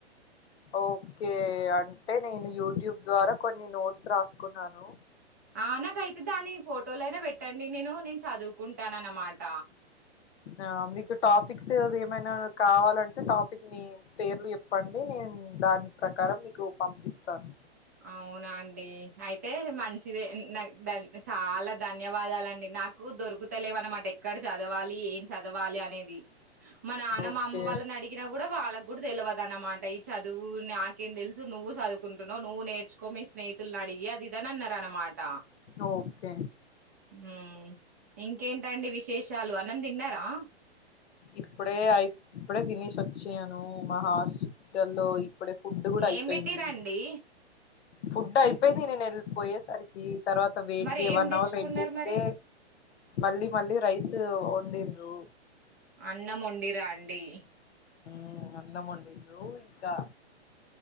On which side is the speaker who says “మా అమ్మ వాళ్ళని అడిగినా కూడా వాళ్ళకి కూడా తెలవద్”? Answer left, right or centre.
Right